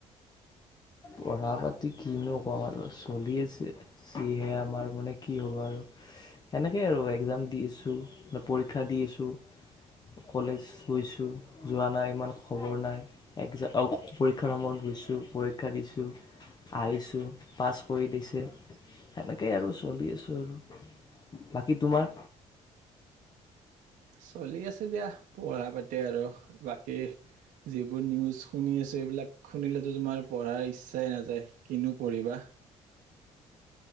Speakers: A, on the left; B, on the right.
A: পঢ়া পাতি কিনো কম আৰু চলি আছে যিহে আমাৰ মানে কি হ'ব আৰু সেনেকেই আৰু একজাম দি আছো পৰীক্ষা দি আছো কলেজ গছো যোৱা নাই ইমান খবৰ নাই একজাম অহ ', পৰীক্ষাৰ সময়ত গৈছো। পৰীক্ষা দিছোঁ, আহিছোঁ পাছ কৰি দিছে। সেনেকেই আৰু চলি আছো আৰু। বাকী তোমাৰ?
B: চলি আছে দিয়া পঢ়া পাতি আৰু বাকী যিবোৰ নিউজ শুনি আছো এইবিলাক শুনিলেতো তোমাৰ পঢ়াৰ ইচ্ছাই নাযায় কিনো পঢ়িবা।